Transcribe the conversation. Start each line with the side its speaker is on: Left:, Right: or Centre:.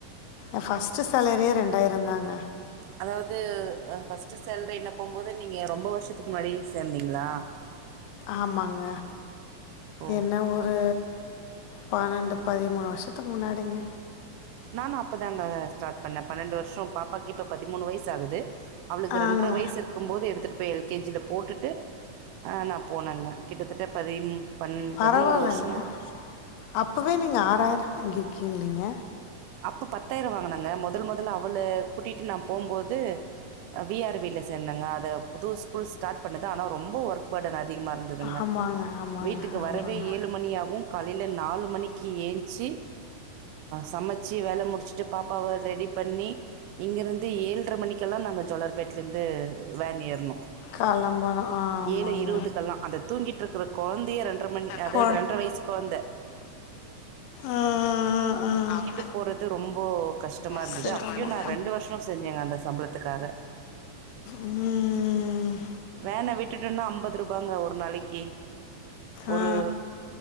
Left: எ ஃபஸ்ட்டு சேலரியே ரெண்டாயிரந்தாங்க
Right: அதாவது ஃபர்ஸ்ட்டு சேலரின போம்போது நீங்க ரொம்ப வர்ஷத்துக்கு முன்னாடி சேந்தீங்ளா
Left: ஆமாங்க
Right: ஓ
Left: என்ன ஒரு பன்னெண்டு பதிமூணு வர்ஷத்துக்கு முன்னாடிங்க
Right: நானு அப்பதாங்க ஸ்டார்ட் பண்ண பன்னெண்டு வருஷ பாப்பாக்கு இப்ப பதிமூணு வய்சு ஆகுது அவளுக்கு
Left: ஆங்க
Right: ரண்ட்ர வயசு இருக் கும் போது எடுத்துட்டு போய் எல் கே ஜி ல போட்டுட்டு ஆ நா போனங்க கிட்டத்தட்ட பதிம் பன்
Left: பரவாயில்லைங்க
Right: பதுனோரு வர்ஷமா
Left: அப்போவே நீங்க ஆறாயிர வாங்கிருக்கீங்லேங்க
Right: அப்ப பத்தாயிர வாங்குனங்க மொதல் மொதல்ல அவள கூட்டிட்டு நா போபோது வி ஆர் வி ல சேந்தங்க அத புது ஸ்கூல் ஸ்டாட் பண்ணுது ஆனா ரொம்ப ஒர்க் பர்டன் அதிகமா இருந்ததுங்க
Left: ஆமாங்க ஆமாங்க
Right: வீட்டுக்கு வரவே
Left: ஆமாங்க
Right: ஏழு மணியாகும் காலைலல நாலு மணிக்கு ஏந்துஞ்சி சமைச்ச வச்சு வேலை முடிச்சிட்டு பாப்பாவை ரெடி பண்ணி இங்கிருந்து ஏழட்ரை மணிக்கெல்லாம் நாங்க ஜோலார்பேட்டலருந்து வேன் ஏறனும்
Left: கெளம்பணும் ஆ, ஆமாங்க
Right: ஏழு இருபதுக்கெல்லாம் அதை தூங்கிட்டு இருக்கற குழந்தைய ரெண்டரை மணி அதாவது
Left: கொ-
Right: ரெண்டரை வயசு குழந்தை
Left: ஆ ஆஆ ஆ
Right: விட்டு போறது ரொம்ப கஷ்டமா இருந்தது
Left: சிரமம்.
Right: அப்பயும் நான் ரெண்டு வருஷம் செஞ்சேங்க அந்த சம்பளத்துக்காக
Left: ம்ம்
Right: வேனை விட்டுட்டுனா ஐம்பது ரூபாங்க ஒரு நாளைக்கு ஒரு
Left: ஆ